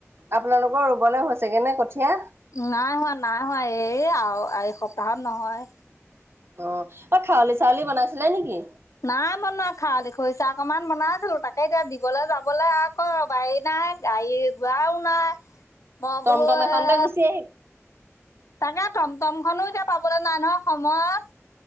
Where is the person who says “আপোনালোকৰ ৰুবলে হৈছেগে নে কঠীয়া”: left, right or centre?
Right